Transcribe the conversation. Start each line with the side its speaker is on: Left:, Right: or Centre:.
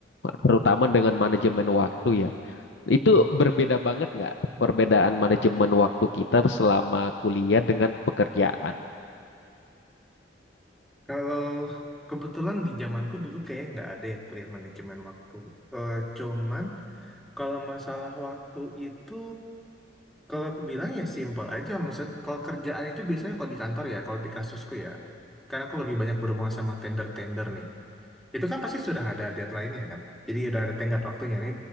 Left: terutama
Centre: Mm-mm.
Left: dengan manajemen waktu ya. Itu
Centre: Mm-mm.
Left: berbeda banget nggak perbedaan manajemen waktu kita selama kuliah dengan pekerjaan?
Centre: Kalau kebetulan di zamanku dulu kayak nggak ada ya kuliah manajemen waktu. Eh, cuman kalau masalah waktu itu kalau aku bilang ya simpel aja. Maksud kalau kerjaan itu biasanya kalau di kantor ya, kalau di kasusku ya. Karena aku lebih banyak berhubungan sama tender-tender nih. Itu kan pasti sudah ada deadline-nya ya, kan. Jadi udah ada tenggat waktunya ini